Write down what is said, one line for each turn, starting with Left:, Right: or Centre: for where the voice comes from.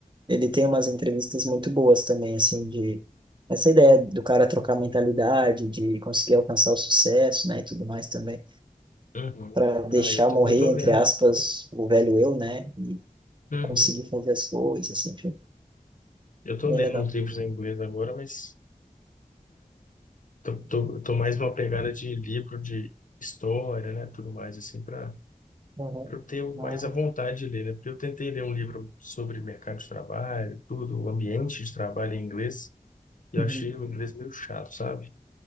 Right: Ele tem umas entrevistas muito boas também, assim, de essa ideia do cara trocar mentalidade, de conseguir alcançar o sucesso, né, e tudo mais também
Left: uhum.
Right: para deixar
Left: Ah, eu tô,
Right: morrer,
Left: eu tô
Right: entre
Left: lendo.
Right: aspas, o velho eu, né? E
Left: Uhum.
Right: conseguir fazer as coisas, assim, foi
Left: Eu tô
Right: bem
Left: lendo
Right: legal.
Left: uns livros em inglês agora, mas tô, tô, tô mais uma pegada de livro de história, né, tudo mais assim para
Right: Uhum.
Left: eu ter mais
Right: Ah,
Left: a vontade de ler, né? Porque eu tentei ler um livro sobre mercado de trabalho, tudo, o ambiente de trabalho em inglês, e
Right: uhum.
Left: eu achei o inglês meio chato, sabe?